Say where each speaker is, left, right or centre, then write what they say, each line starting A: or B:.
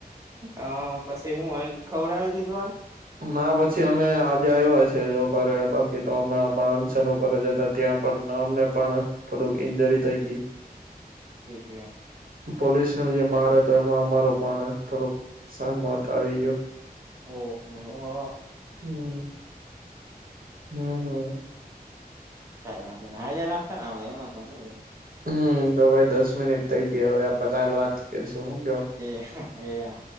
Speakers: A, on the right; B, on the right.
A: હ પછી હું અન ખવરાવી દીધું અન.
B: ના પછી અમે આજે આવ્યા છે જો ઘરે, બાકી તો અમે પણ અંશન ઉપર જ હતા. ત્યાં પણ અમને પણ થોડુંક ઈન્જરી થઈ થી.
A: એટલે
B: પોલીસને જે માર હતો, એમાં અમારો પણ થોડોક સહમત આવી ગયો.
A: ઓહ હો ઓ
B: હમ્મ હમ્મ હમ્મ
A: કાઈ વાંધો નહિ, આજે રાખે ને હવે એમાં તો હુ એ
B: હમ્મ તો ભાઈ દસ મિનિટ થઇ ગયા હવે આપડે કાલ વાત કરીશું, હુ કયો?
A: એહા એહા